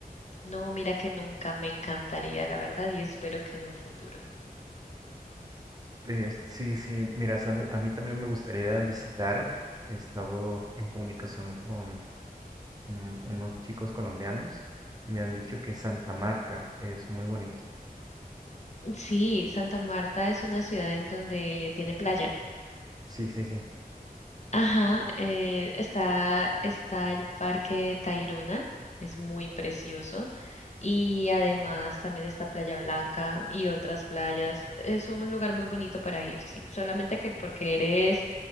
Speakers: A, on the left; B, on the right.
A: No, mira que nunca me encantaría, la verdad, y espero que en un futuro.
B: Es- sí, sí, mira, sabe- a mí también me gustaría visitar. He estado en comunicación con un- unos chicos colombianos y me han dicho que Santa Marta es muy bonito.
A: Sí, Santa Marta es una ciudad en donde tiene playa.
B: Sí, sí, sí.
A: Ajá, eh, está, está el Parque de Tayrona, es muy precioso. Y además también está Playa Blanca y otras playas. Es un lugar muy bonito para ir, sí. Solamente que porque eres